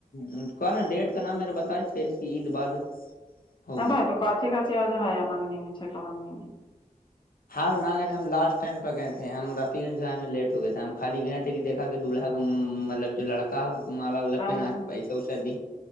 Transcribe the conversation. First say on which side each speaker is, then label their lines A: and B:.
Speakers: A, on the left; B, on the left.
A: ہ کون نا ڈیٹ کا نام میرا بتاائی کہ عید بعد ہوگی
B: ہاں بائی تو کاچ ہی کاچی آج ہے مگنیمی چکا ماگنی میں
A: ہاں نا گئے تھ تھا ہم لاسٹ ٹائمہ گئے تھے ہم رفی گنج ج آے میں لیٹ ہو گئےے ہم خالی گئے تھے کہ دیکا کہ دولہا کوطلب جو لڑکا ہے اس کو مالا وا
B: ہاں
A: پہنا
B: ہاں
A: کے پیسہ وسا د